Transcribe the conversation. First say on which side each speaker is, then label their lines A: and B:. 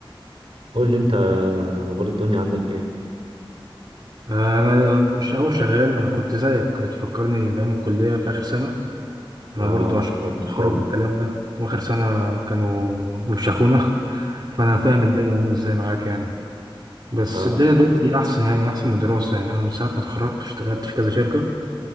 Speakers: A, on the right (about 80°); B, on the right (about 50°).
A: قول لي انت آه، اخبار الدنيا عندك ايه
B: آه، انا مش اول شغال انا كنت زيك بتفكرني بايام الكليه في اخر سنه انا
A: اه
B: برضو عشان
A: الله يكون
B: اتخرج
A: في عونك
B: من الكلام ده واخر سنه كانوا بيفشخونا <laughs> فانا فاهم الدنيا عامله ازاي معاك يعني بس
A: اه
B: الدنيا دلوقتي احسن يعني احسن من الدراسه يعني انا من ساعه ما اتخرجت اشتغلت في كذا شركه